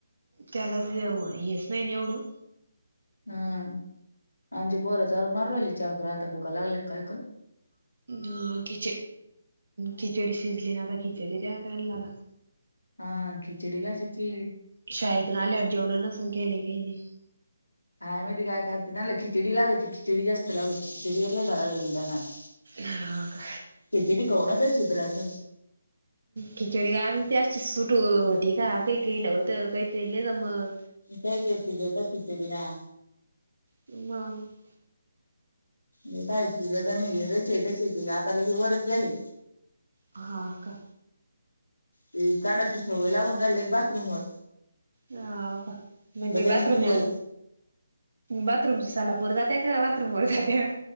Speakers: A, on the right; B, on the left.
A: त्याला ते हेच नाही एवढं
B: हम्म अजी पोराच्या मारुन राहिली चहा कर आता भुका लागल्या कायकण
A: अ खिच खिचडी शिजली ना तर खिचडी द्या त्यांना आता
B: हा खिचडी घ असची
A: शाळेतून आल्यावर जेवणा नसन केले काही नाही
B: हायमध्ये काय करते त्यांला खिचडी लागत खिचडी जास्त लागत खिचडीवर झाधडा नाला
A: हा का.
B: तेितीीडी कोवणा गय सुध्रांन
A: खिचडी गा तेशी सुट ठीक का काही काही ला वोत काही केहील नाही मग
B: काय केस जेत शिचडी ना
A: ह
B: हे काय सुझता नाहीट आता ल की वरग गली
A: हा का
B: ते झाडाची सवय लागून झाली एक बाथरूम वर
A: हा का. म्हणजे
B: बला
A: बाथरूम
B: इ पितार
A: बाथरूमच्या सालापोर जाते का बाथरूम वर जाते